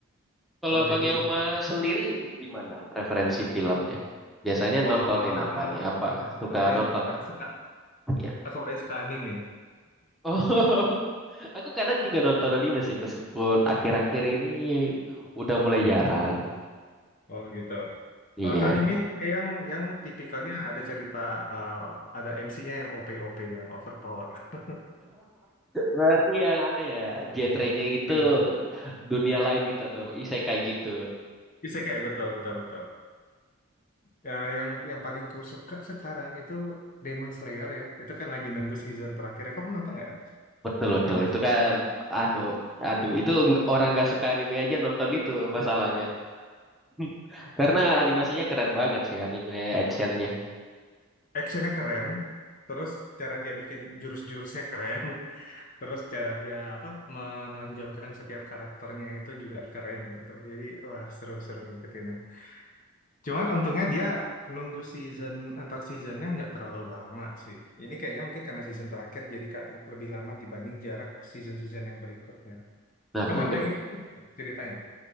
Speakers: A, in the centre; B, on the left.
A: Kalau
B: Oh jadi
A: Bang Yoma
B: ini.
A: sendiri gimana preferensi filmnya? Biasanya nontonin
B: Oh kalau
A: apa
B: film
A: nih? Apa suka
B: aku paling
A: nonton?
B: aku suka,
A: Iya.
B: aku paling suka anime.
A: Oh, <laughs> aku kadang juga nonton anime sih meskipun akhir-akhir ini udah mulai jarang.
B: Oh gitu.
A: Iya.
B: Kalau kan anime suka yang yang tipikalnya ada cerita eh, ada MC-nya yang OP-OP yang overpower. <laughs>
A: Berarti yang aneh ya, genrenya gitu
B: Ya,
A: dunia lain gitu atau isekai gitu.
B: Isekai betul betul betul. Ya, yang yang paling ku suka sekarang itu Demon Slayer ya. Itu kan lagi nunggu season terakhir. Kamu nonton nggak?
A: Betul betul
B: demonstrasi
A: itu kan anu aduh itu ng- orang nggak suka anime aja nonton itu masalahnya. <laughs> Karena animasinya keren banget sih anime actionnya.
B: actionnya keren terus cara dia bikin jurus-jurusnya keren <laughs> terus cara dia apa menonjolkan setiap karakternya itu juga keren gitu jadi wah seru-seru ngikutin ya cuman untungnya dia nunggu season antar seasonnya nggak terlalu lama sih ini kayaknya mungkin karena season terakhir jadi ka- lebih lama dibanding jarak season-season yang berikutnya
A: Nah
B: kamu
A: aku kebet-
B: ada ngikutin ceritanya